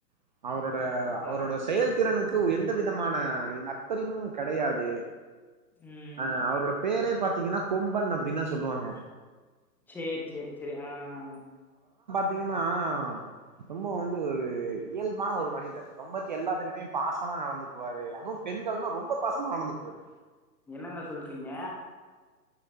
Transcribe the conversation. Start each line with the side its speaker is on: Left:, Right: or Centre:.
Right: ம் அவரோட
Centre: பரவாயில்லைங்
Right: அவரோட செயல்திறனுக் கு எந்த விதமான நட்பறிவும் கெடையாது
Centre: ம்
Right: அ அவுரோட பேரே பாத்தீங்கன்னா கொம்பன் அப்டின் தா சொல்லுவாங்க
Centre: சேர் சேர் செரி அ அ
Right: த்தீங்கன்னா அ ரொம்பவு வந்து ஒரு இயல்பான ஒரு மனிதர் ரொம்பத் எல்லாத்துக்கிட்டயு பாசமா நடந்துக்குவாரு அதுவும் பெண்கள்னா ரொம்ப பாசமா நடந்துக்குவாரு
Centre: என்னங்க சொல்றீங்க